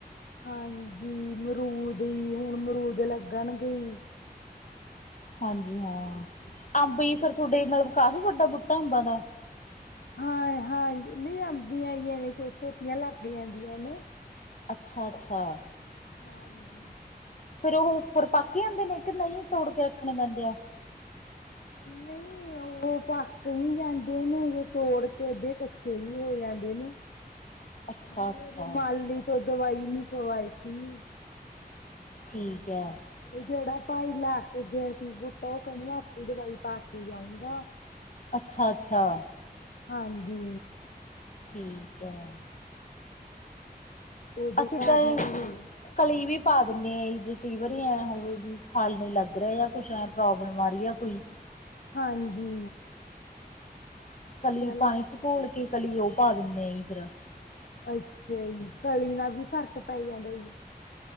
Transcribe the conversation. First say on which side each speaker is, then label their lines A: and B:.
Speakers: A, on the left; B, on the left.
A: ਹਾਂਜੀ, ਮਰੂਦ ਈ ਹੁਣ ਮਰੂਦ ਲੱਗਣ ਗੇਈ।
B: ਹਾਂਜੀ, ਹਾਂ। ਅੰਬ
A: ਹਾਂ
B: ਈ ਫਿਰ ਤੁਹਾਡੇ ਮਲਬ ਕਾਫ਼ੀ ਵੱਡਾ ਬੂਟਾ ਅੰਬਾਂ ਦਾ?
A: ਹਾਂਏ-ਹਾਂਏ ਜੀ ਨਹੀਂ ਅੰਬੀਆਂ ਯੀਆ ਨੇ ਛੋਟ-ਛੋਟੀਆਂ ਲਾਗੀਆਂ ਜੀਆਂ ਨੇ।
B: ਅੱਛਾ-ਅੱਛਾ।
A: ਹਾਂਜੀ।
B: ਫੇਰ ਉਹ ਉੱਪਰ ਪੱਕ ਜਾਂਦੇ ਨੇ ਕਿ ਨਹੀਂ, ਤੋੜ ਕੇ ਰੱਖਣੇ ਪੈਂਦੇ ਆ?
A: ਨਈਂ ਉਹ ਪੱਕ ਵੀ ਜਾਂਦੇ ਨੇ ਜੇ ਤੋੜ ਤੇ ਅੱਧੇ ਕੱਚੇ ਵੀ ਹੋ ਜਾਂਦੇ ਨੇ।
B: ਅੱਛਾ
A: ਬੀਰ
B: ਅੱਛਾ
A: ਮਾਲੀ ਤੋਂ ਦਵਾਈ ਨੀ ਪਵਾਈ ਤੀ।
B: ਠੀਕ ਹੈ।
A: ਓ ਜੇੜਾ ਭਾਈ ਲਾ ਕੇ ਗਿਆ ਸੀ ਬੂਟਾ ਉਹ ਕਹਿੰਦਾ, ਆਪੇ ਦਵਾਈ ਪਾ ਕੇ ਜਾਊਂਗਾ।
B: ਅੱਛਾ-ਅੱਛਾ।
A: ਹਾਂਜੀ।
B: ਠੀਕ ਹੈ।
A: ਉਦੋ
B: ਅਸੀਂ
A: ਕਾਰ
B: ਤਾਂ
A: ਨੂੰ ਹੋਇ।
B: ਕਲੀ ਵੀ ਪਾ ਦਿੰਦੇ ਆ, ਜੇ ਕਈ ਵਾਰੀ ਐਂ ਹੋਵੇ ਵੀ ਫਲ ਨਹੀਂ ਲੱਗ ਰਿਹਾ ਜਾਂ ਕੁਛ ਐਂ ਪ੍ਰੋਬਲਮ ਆ ਰਹੀ ਆ ਕੋਈ।
A: ਹਾਂਜੀ
B: ਕਲੀ
A: ਚੱਲ
B: ਪਾਣੀ ਚ ਘੋਲ ਕੇ, ਕਲੀ ਉਹ ਪਾ ਦਿੰਦੇੇ ਫੇਰ।
A: ਅੱਛਾ ਜੀ, ਕਲੀ ਨਾਲ ਵੀ ਫ਼ਰਕ ਪੈ ਜਾਂਦਾ ਜੀ।